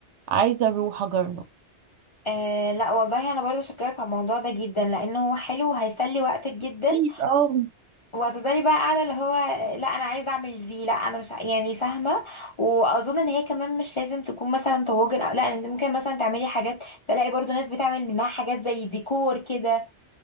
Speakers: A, on the right (about 85°); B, on the left (about 45°).
A: عايزه اروح اجرب
B: آه، لا والله انا برضه شكرك على الموضوع ده جدا لانه هو حلو وهيسلي وقتك جدا
A: اكيد اه
B: وهتفضلي بقى قاعده اللي هو لا انا عايزه اعمل دي لا انا مش ع- يعني فاهمه واظن ان هي كمان مش لازم تكون مثلا طواجن او لا انت ممكن مثلا تعملي حاجات بلاقي برضو ناس بتعمل منها حاجات زي ديكور كده